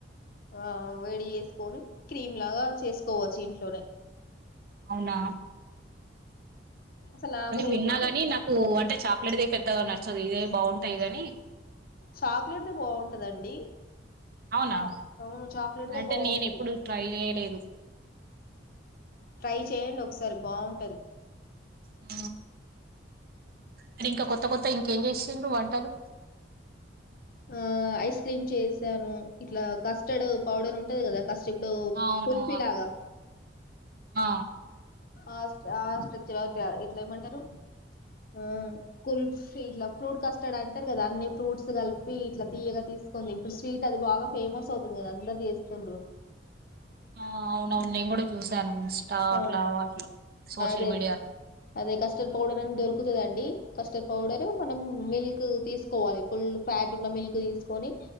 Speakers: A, on the left; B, on the right.
A: ఆ వేడి చేసుకొని క్రీమ్ లాగా చేసుకోవచ్చు ఇంట్లోనే
B: అవునా
A: అసలు నాకు కూడా
B: విన్నాగాని
A: ఏం
B: నాకు అంటే చ ఆది పెద్దగా నచ్చంది ఇదే బాగుంటాయి గని
A: చాక్లెట్ది బాగుంటుందండి
B: అవునా
A: చ అవును చాక్లెట్ డే
B: అంటే
A: బాగుంటది
B: నేను ఎప్పుడు ట్రై చేయలేదు
A: ట్రై చెయండి ఓ సారి బాగుంటది
B: ఆ అరి ఇంకా కొత్త కొత్తయిఇంకేం చేస్తాం వంటలు
A: హమ్ ఐస్ క్రీమ్ చేసాను ఇట్లా కస్టర్డ్ పౌడర్ ఉంటది కదా కస్టర్ హ్
B: అవును
A: కుల్ఫీలాగా
B: ఆ
A: ఆ ఆట ఇట్లా ఏమంటారు ఆ కుల్ఫీ ఇట్లా ఫ్రూట్ ఫ్రూట్స్ కలిపి కస్టర్డ్ అంటారు కదా అన్ని ఫ్రూట్స్ కలిపి ఇట్లా తీయగా తీసుకోంది ఇప్పుడు స్వీట్ అది బాగా ఫేమస్ అవుతుంది కదా అందరు చేస్తుండ్రు
B: ఆ అవునవును నేను కూడా చూసాను ఇన్స్టా
A: హ
B: అట్లా వాటిలో సోషల్
A: అదే
B: మీడియాలో
A: అదే కస్టర్డ్ పోడర్ దొరికు తక్కుతుదండి కస్టర్డ్ పౌడరు మనం మిల్క్ క్ తీసుకోవాలి ఫుల్ ఫ్యాట్ ఉన్న మిల్క్ తీసుకొని